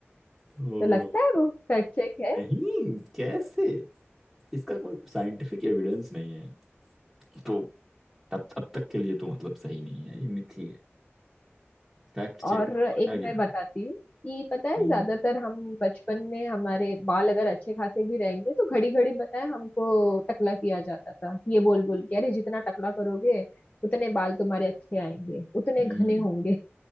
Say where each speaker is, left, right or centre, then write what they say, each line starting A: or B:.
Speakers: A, in the centre; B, on the left.
A: ओ
B: तो लगता है वो फैक्ट चेक है
A: नहीं कैसे इसका कोई साइंटिफिक एविडेंस नहीं है तो तब अब तक के लिए तो मतलब सही नहीं है ये मिथी है फैक्ट
B: और
A: चेक में
B: एक
A: पाया
B: मैं बताती हूँ कि पता है
A: गया
B: ज्यादातर हम बचपन में हमारे बाल अगर अच्छे खासे भी रहेंगे तो घड़ी घड़ी बताए हमको टकला किया जाता था ये बोल बोल के अरे जितना टकला करोगे उतने बाल तुम्हारे अच्छे आएंगे उतने
A: हम्म
B: घने होंगे